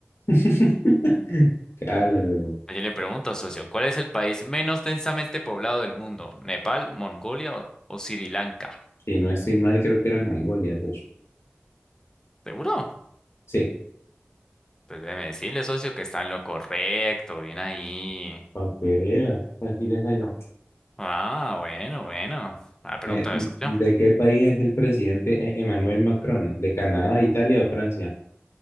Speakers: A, on the left; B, on the left.
A: <laughs> Claro,
B: Ayer le pregunto, socio, ¿cuál es el país menos densamente poblado del mundo? ¿Nepal, Mongolia o, o Sri Lanka?
A: si no estoy mal, creo que era Mongolia, de hecho.
B: ¿Seguro?
A: Sí,
B: Pues déjeme decirle, socio, que está en lo correcto, bien ahí.
A: para que vea. Aquí les hallo.
B: Ah, bueno, bueno. ah pregunta
A: Eh,
B: de socio.
A: ¿de qué país es el presidente E- Emmanuel Macron? ¿De Canadá, Italia o Francia?